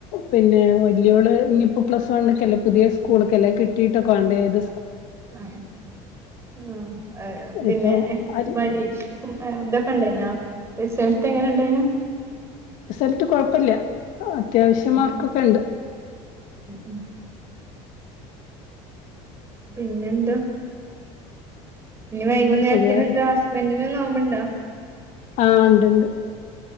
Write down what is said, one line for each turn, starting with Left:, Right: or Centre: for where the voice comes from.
Left: പിന്നെ വല്ലിയവള് ഇനിയിപ്പോ പ്ലസ് വണ്ണുക്കല്ലേ പുതിയ സ്കൂൾക്കല്ലേ കിട്ടീട്ടൊക്കെ വേണ്ടേ അത്
Right: ആഹ് ആഹ് പിന്നെ
Left: ഇപ്പൊ അത്
Right: പരീ ഇതൊക്കെ ഉണ്ടായിനോ റിസൽട്ട് എങ്ങനെ ഉണ്ടായിനു
Left: റിസൾട്ട് കുഴപ്പവില്ല അത്യാവശ്യം
Right: ഉം
Left: മാർക്കൊക്കെ ഉണ്ട്
Right: ഉം ഉം പിന്നെന്താ ഇനി
Left: പിന്നെ
Right: വൈകുന്നേരത്തിന്
Left: സുഖാണ്
Right: എന്താ ഹസ്ബന്റിന് നോമ്പുണ്ടോ
Left: ആഹ് ഉണ്ട് ഉണ്ട്